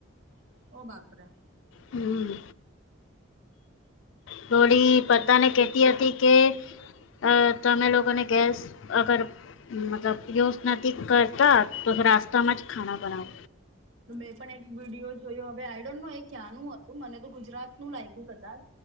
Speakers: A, on the right; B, on the left.
A: ઓ બાપરે.
B: હમ્મ. ડોળી પતાને
A: અરે
B: કેતી હતી કે અહ તમે લોકોને ગેસ અગર મતલબ યુઝ નથી કરતા, તો રાસ્તામાં જ ખાના બનાવ.
A: બે પણ એક વિડીયો જોયો હવે આઈ ડોન્ટ નો એ ક્યાંનું હતું, મને તો ગુજરાત નું લાગ્યું કદાચ.